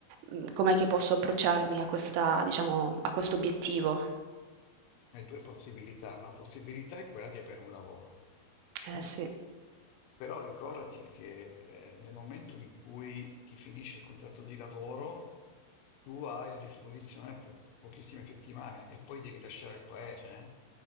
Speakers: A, on the right; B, on the left.
A: mhmm, com'è che posso approcciarmi a questa diciamo, a questo obiettivo.
B: Hai due possibilità. Una possibilità è quella di avere un lavoro.
A: Eh
B: mm?
A: sì,
B: Però ricordati che eh, nel momento in cui ti finisce il contratto di lavoro, tu hai a disposizione po- pochissime settimane e poi devi lasciare il paese. eh?